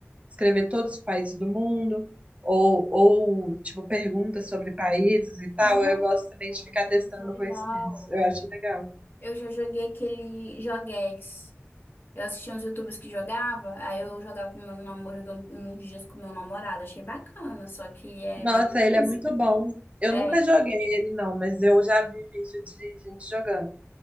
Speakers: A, on the right; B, on the left.
A: escrever todos os países do mundo. Ou, ou tipo, perguntas sobre países e tal.
B: Nossa,
A: Eu gosto também de ficar
B: entendi,
A: testando
B: que legal.
A: conhecimentos. Eu acho legal.
B: Eu já joguei aquele joguex. Eu assistia uns YouTubers que jogava, aí eu jogava com meu namorado, jogava uns dias com meu namorado. Achei bacana, só que é
A: Nossa,
B: bem
A: ele
B: difícil.
A: é muito bom. Eu
B: É,
A: nunca joguei ele, não, mas eu já vi vídeo de gente jogando.